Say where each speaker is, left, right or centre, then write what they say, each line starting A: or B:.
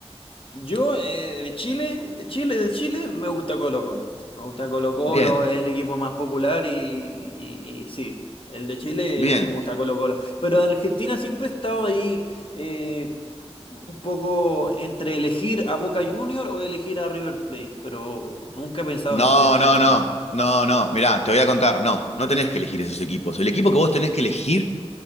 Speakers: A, on the left; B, on the left.
A: Yo, eh, de Chile, de Chile, de Chile, me gusta Colo-Colo. Me gusta Colo-Colo,
B: Bien,
A: es el equipo más popular y, y- y sí, el de Chile
B: bien.
A: es el que me gusta Colo-Colo. Pero en Argentina siempre he estado ahí eh, un poco entre elegir a Boca Junior o elegir a River Plate, pero nunca he pensado
B: No,
A: en Estudiantes
B: no,
A: de La
B: no,
A: Plata.
B: no, no. Mirá, te voy a contar. No, no tenés que elegir esos equipos. El equipo que vos tenés que elegir